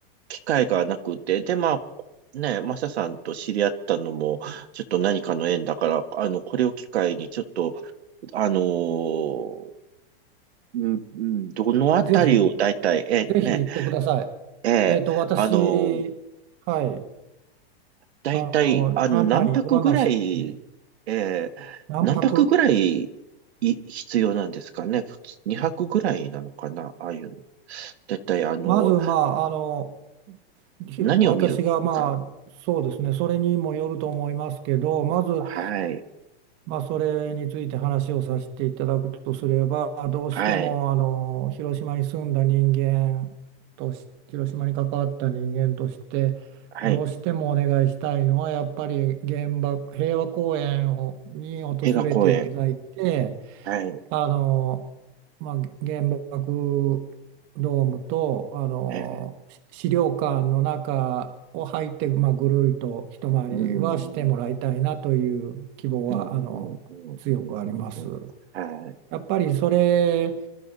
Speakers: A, on the right; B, on the right.
A: 機会がなくて、で、まあ、ね、マサさんと知り合ったのも、ちょっと何かの縁だから、あの、これを機会に、ちょっと、あのーうん、うんどのあたりを大体、
B: ぜひ、
A: え、
B: ぜひ行ってください。
A: ね、ええあのー
B: えっと、私、はい、
A: だいたい、
B: あの、
A: あの、
B: 案内、
A: 何泊ぐらい、
B: ご案内して、
A: えー、
B: 何泊。
A: 何泊ぐらい、い、必要なんですかね。普通、2泊ぐらいなのかな。ああいうの。だいたい、あの、
B: まず、まあ、あの、ひろ私が、
A: 何を見るか。
B: まあ、そうですね、それにもよると思いますけど、まず、
A: はい。
B: まあ、それについて話をさせていただくとすれば、どうしてもあの広島に住んだ人間とし、
A: はい。
B: 広島に関わった人間として、
A: はい。
B: どうしてもお願いしたいのは、やっぱり原爆、平和公園をに訪れていただいて、
A: 平和公園。はい。
B: あの、まあ、原爆ドームとあのし資料館の中を入って、
A: えー、
B: まあ、ぐるりと一回りはしてもらいたいなという希望はあの強くあります。
A: ん。うん、うん、うん、うん、うん。うんはい。
B: やっぱりそれ